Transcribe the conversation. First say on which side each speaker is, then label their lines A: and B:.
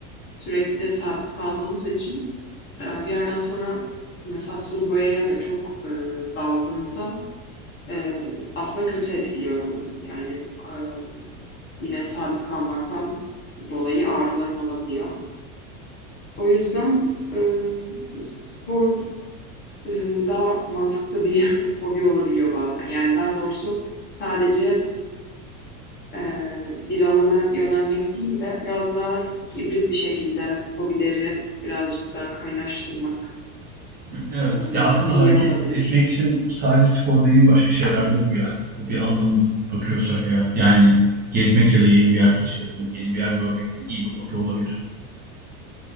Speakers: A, on the left (about 25°); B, on the right (about 25°).
A: sürekli sabit kaldığımız için e, bir yerden sonra mesela sulu boyaya da çok e, daldığımda e, aslında kötü etkiliyor beni. Yani e, yine sabit kalmaktan dolayı ağrılarım olabiliyor. O yüzden e, spor e, daha mantıklı bir <laughs> hobi olabiliyor bazen. Yani daha doğrusu sadece e, bir alana yönelmek değil de biraz daha hibrit bir şekilde hobileri birazcık daha kaynaştırmak.
B: Hı, Evet.
A: Ee,
B: Ya aslında
A: iyi
B: hareket
A: olabilir.
B: etmek için sadece sporda değil başka şeyler de olur yani. Bu bir anlamda bakıyorsak eğer. Yani gezmek ya da yeni bir yer keşfetmek, yeni bir yer görmek de iyi bir hobi olabilir.